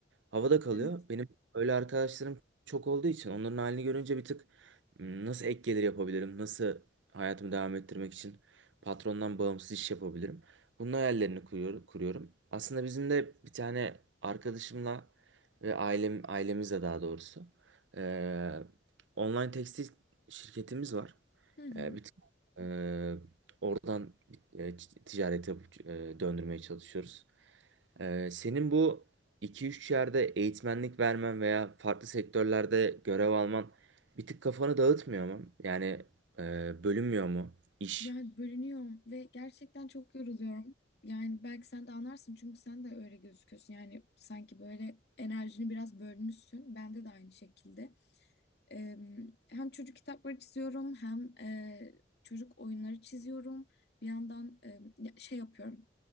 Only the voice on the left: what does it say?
Evet.
Hı hı.
Yani bölünüyorum ve gerçekten çok yoruluyorum. Yani belki sen de anlarsın çünkü sen de öyle gözüküyorsun. Yani sanki böyle enerjini biraz bölmüşsün. Bende de aynı şekilde. Ee, hem çocuk kitapları çiziyorum hem e, çocuk oyunları çiziyorum. Bir yandan e, ya- şey yapıyorum.